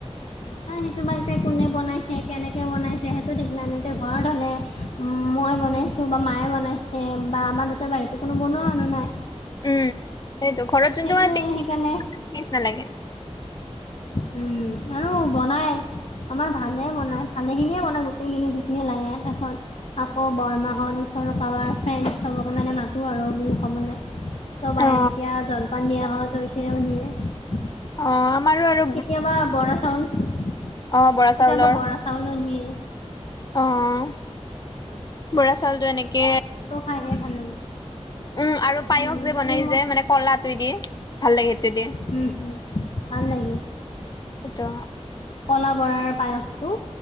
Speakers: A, on the left (about 65°); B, on the left (about 35°).
A: হয় সেইটো বা এতিয়া কোনে বনাইছে। সেই কেনেকৈ বনাইছে সেইটো দিগনা এনেকৈ ঘৰত হ'লে মই বনাইছোঁ বা মায়ে বনাইছে বা আমাৰ দেতৰ বাহিৰতো কোনো বনোৱা মানুহ নাই
B: উম সেইতো ঘৰত যোনটোু
A: সেইটোৱে
B: মানে তেজ
A: সেইকাৰণে
B: তেজ নালাগে
A: উম, আৰু বনাই আমাৰ ভালে বনায় ভালেখিনিয়ে বনায় গোটেইখিনি যিখিনি লাগে তাৰপিছত আকৌ বৰমাহল। আৰু কবাৰ ফ্ৰেণ্ড চবকে মানে মাতো আৰু বি কলৈ চব আহে
B: অ
A: তেতিয়া জলপান দিয়া হয় ত পি কেৰৱণিয়ে <unintelligible>
B: অ', আমাৰো আৰু
A: কেতিয়াবা বৰা চাউল কেতিয়াবা
B: অ বৰা চাউলৰ
A: বৰা চাউলো নিয়ে।
B: অ', বৰা চাউলতটো এনেকে
A: হয় সে ভাল লাগে।
B: উম আৰু পায়স
A: উম
B: যে বনাই
A: ক্ৰীমত
B: যে মানে ক'লাটো দি ভাল লাগে সেইটো দি।
A: উম হম ভাল লাগে।
B: সেইটো
A: কলা বৰাৰ পায়সটো